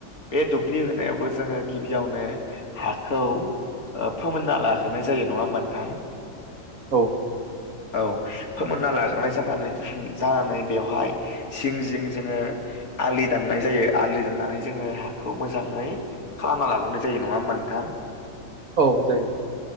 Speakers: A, on the left; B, on the right.
A: बे दुब्लि होनायावबो जोङो गिबियावनो हाखौ फोमोनना लाग्रोनाय जायो नङा होमबा नोंथां।
B: औ।
A: औ फोमोनना लाग्रोनाय जानानै जानानै बेवहाय जिं जिं जोङो आलि दाननाय जायो। आलि दाननानै जोङो हाखौ मोजाङै खालामना लाग्रोनाय जायो नङा होमबा नोंथां?
B: औ जायो।